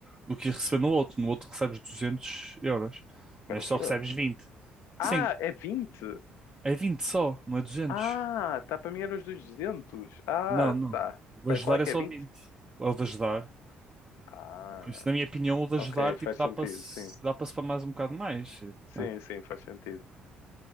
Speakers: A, on the right; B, on the left.
A: do que ias receber no outro. No outro recebes 200 euros,
B: Espera,
A: neste
B: o quê?
A: só recebes vinte
B: Ah,
A: Sim,
B: é vinte
A: é 20 só, não é duzentos
B: Ah, tá, para mim era os 200. Ah,
A: Não, não.
B: tá.
A: O de
B: Pera,
A: ajudar
B: qual é que
A: é só
B: é vinte
A: vinte É o de ajudar.
B: Ah,
A: Por isso, na minha opinião, o de ajudar,
B: ok,
A: tipo,
B: faz
A: dá
B: sentido,
A: para se
B: sim.
A: dá para se para mais um bocado mais. Tipo,
B: Sim,
A: né?
B: sim, faz sentido.